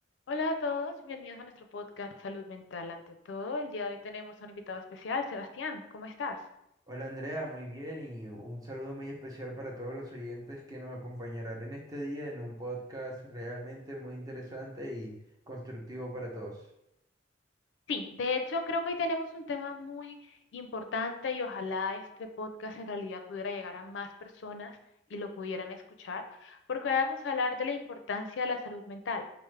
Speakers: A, on the left; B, on the right.
A: Hola a todos, bienvenidos a nuestro podcast Salud Mental ante todo. El día de hoy tenemos a un invitado especial, Sebastián, ¿cómo estás?
B: Hola Andrea, muy bien y un saludo muy especial para todos los oyentes que nos acompañarán en este día en un podcast realmente muy interesante y constructivo para todos.
A: Sí, de hecho creo que hoy tenemos un tema muy importante y ojalá este podcast en realidad pudiera llegar a más personas y lo pudieran escuchar, porque hoy vamos a hablar de la importancia de la salud mental